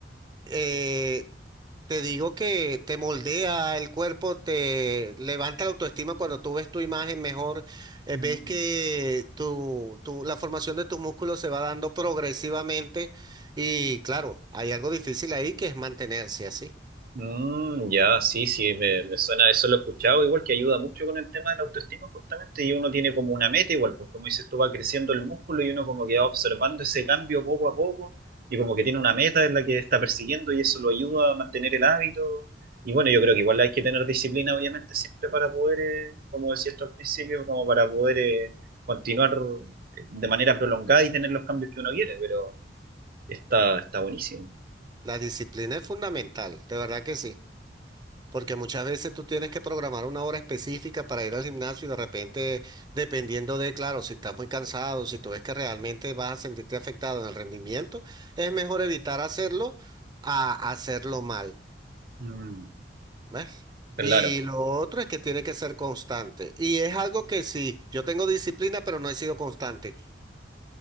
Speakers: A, on the right (about 25°); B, on the right (about 55°).
A: eh, te digo que te moldea el cuerpo, te levanta la autoestima cuando tú ves tu imagen mejor, eh,
B: Mm.
A: ves que tu, tu- la formación de tus músculos se va dando progresivamente y claro, hay algo difícil ahí que es mantenerse así.
B: Mm, ya, sí, sí, me, me suena, eso lo he escuchado, igual que ayuda mucho con el tema de la autoestima justamente, y uno tiene como una meta igual, pues como dices tú, va creciendo el músculo y uno como que va observando ese cambio poco a poco, y como que tiene una meta en la que está persiguiendo y eso lo ayuda a mantener el hábito, y bueno, yo creo que igual hay que tener disciplina obviamente siempre para poder, eh, como decías tú al principio, como para poder eh, continuar eh, de manera prolongada y tener los cambios que uno quiere, pero está, está buenísimo.
A: La disciplina es fundamental, de verdad que sí. Porque muchas veces tú tienes que programar una hora específica para ir al gimnasio y de repente, dependiendo de, claro, si estás muy cansado, si tú ves que realmente vas a sentirte afectado en el rendimiento, es mejor evitar hacerlo a hacerlo mal,
B: Mm.
A: ¿ves?
B: Claro.
A: Y lo otro es que tiene que ser constante. Y es algo que sí, yo tengo disciplina, pero no he sido constante.